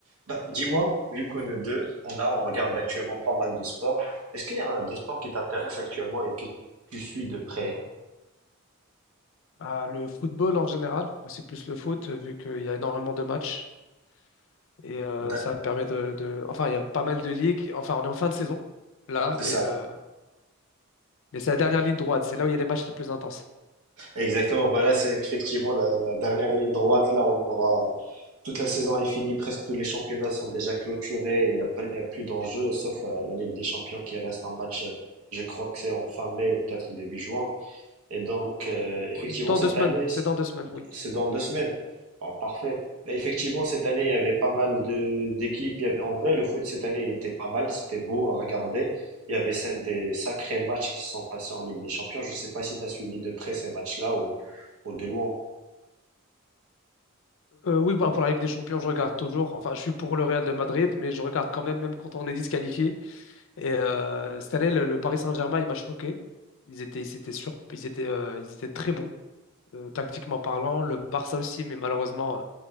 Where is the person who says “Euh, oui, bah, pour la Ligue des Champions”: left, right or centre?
Left